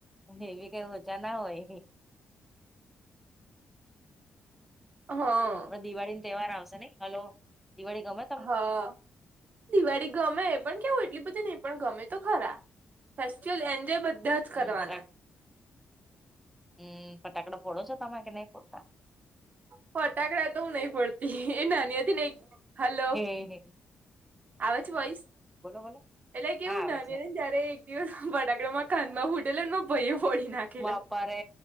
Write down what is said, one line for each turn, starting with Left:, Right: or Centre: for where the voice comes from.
Centre: એવી કઈ ઓછા ના હોય.
Right: હ.
Centre: પણ દિવાળી ન તહેવાર આવશે નહીં હલો દિવાળી ગમ છ?
Right: હ. દિવાળી ગમે પણ કેવું એટલી બધી નહીં પણ ગમે તો ખરા ફેસ્ટિવલ એન્જોય બધાં જ
Centre: હમ્મ,
Right: કરવાના
Centre: ફટાક હમ્મ ફટાકડા ફોડો છો તમે કે નહીં ફોડતા?
Right: ફટાકડા તો હુ નહીં ફોડતી એ નાની હતી ને એક હલો.
Centre: એ હે.
Right: આવે છે વોઈસ?
Centre: બોલો
Right: એટલે કેવું
Centre: હા આવે
Right: નાની
Centre: છે
Right: હતી ને ત્યારે એક દિવસ ફટાકડામાં કાનમાં ફૂટેલો ન માર ભઈએ ફોડી નાખ ખેલો
Centre: બાપા રે